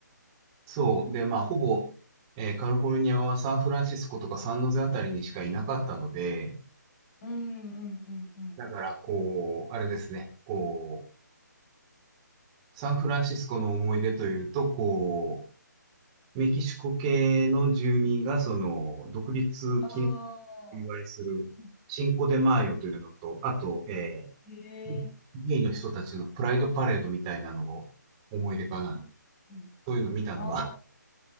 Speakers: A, on the right; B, on the left.
A: そう。で、まあ、ほぼ、えーカリフォルニアはサンフランシスコとかサンノゼあたりにしかいなかったので、
B: うんうんうんうん。
A: だから、こう、あれですね、こう、サンフランシスコの思い出というと、こう、メキシコ系の住民が、その、独立記
B: ああ。
A: お祝いする、
B: うん
A: シンコデマーヨというのと、
B: うん
A: あと、え
B: へえ。
A: ー、ゲイの人たちのプライドパレードみたいなのを思い出かな。
B: うんうん
A: そういうのを見たのが。
B: ああ、